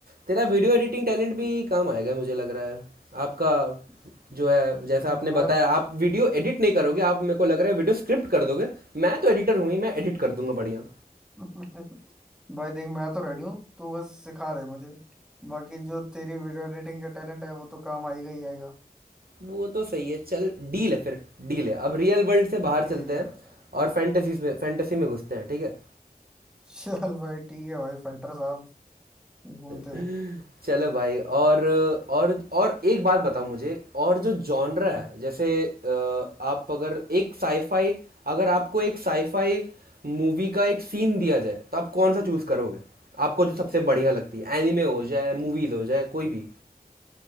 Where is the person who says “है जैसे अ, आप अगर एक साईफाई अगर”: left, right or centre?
Right